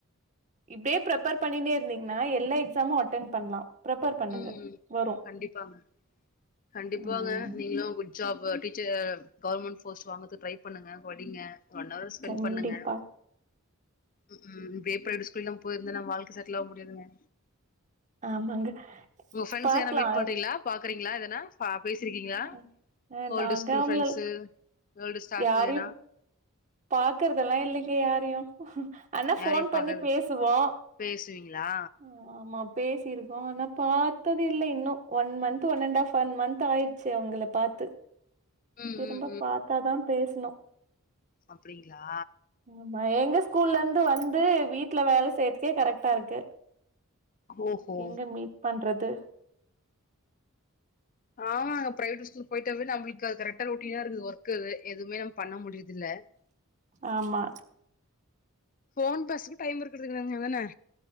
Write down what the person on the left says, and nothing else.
ம் ம்
கண்டிப்பாங்க கண்டிப்பாங்க
நீங்களு அப்டி ஜாப்பு டீச்சர் கவர்மெண்ட் போஸ்ட்டு வாங்கது ட்ரை பண்ணுங்க படிங்க ஒன் அவர் ஸ்பென்
பண்ணுங்க ம் க்கும் இப்டியே ப்ரைவேட் ஸ்கூல்லா போயிருந்தனா வாழ்க்கை செட்டல் ஆக முடியாதுங்க
உங்க ஃப்ரெண்ட்ஸ்
எதனா மீட் பண்றீங்ளா பாக்குறீங்களா எதனா ஆ பேசிருக்கிங்ளா
ஓல்டு
ஸ்கூல்
ஃப்ரெண்ட்சு ஓல்டு ஸ்டாஃபுங்க
எதனா
யாரையு
பாக்கறது
பேசுவீங்களா
ம்
ம்
அப்டிங்ளா
ஓஹோ
ஆமா அந்த பிரைவேட் ஸ்கூல் போயிட்டாவே நம்ளுக்கு அது கரக்டா ரொட்டீனா இருந்துக்கு க்குது எதுமே நம்ம பண்ண முடியுது இல்ல
ஃபோன் பேசுறக்கு கூட டைம் இருக்குறது இல்லங்க தான